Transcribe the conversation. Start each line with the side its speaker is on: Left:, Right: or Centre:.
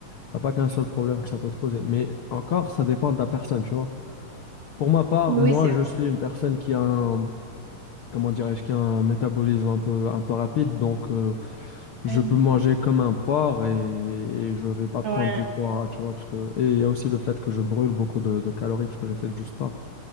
Left: y a pas qu'un seul problème que ça peut te causer. Mais encore, ça dépend de la personne, tu vois. Pour ma part,
Right: Oui,
Left: moi,
Right: c'est
Left: je suis une personne qui a un, comment dirais-je, qui a un métabolisme un peu, un peu rapide, donc euh, je
Right: Mm.
Left: peux manger comme un porc et, et je vais pas prendre
Right: Ouais.
Left: du poids, tu vois, parce que, et il y a aussi le fait que je brûle beaucoup de, de calories parce que je fais du sport.